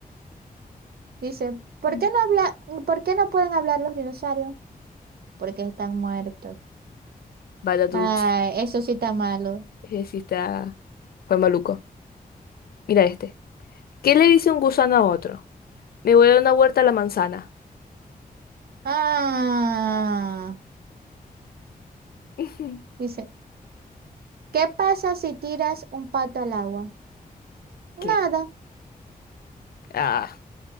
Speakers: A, on the right; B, on the left.
A: Dice, ¿por
B: Mm.
A: qué no habla, por qué no pueden hablar los dinosaurios? Porque están muertos.
B: Vaya tunt.
A: Ay, eso sí está malo.
B: Ese sí está... Fue maluco. Mira este. ¿Qué le dice un gusano a otro? Me voy a dar una vuelta a la manzana.
A: Ah,
B: <laughs>
A: dice, ¿qué pasa si tiras un pato al agua?
B: ¿Qué?
A: Nada,
B: Ah.